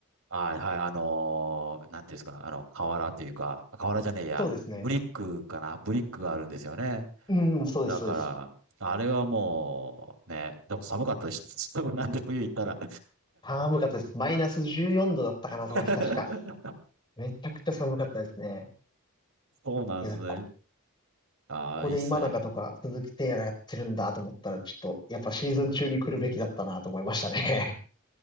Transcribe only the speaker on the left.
そうですね。
うん、そうです、
そうです。
寒かったです。マイナス14度だったかな、
その日確か。めちゃくちゃ寒かったですね。
いや、だこ、
ここで今永とか鈴木誠也がやってるんだと思ったら、
ちょっと、やっぱシーズン中に来るべきだったなと思いましたね。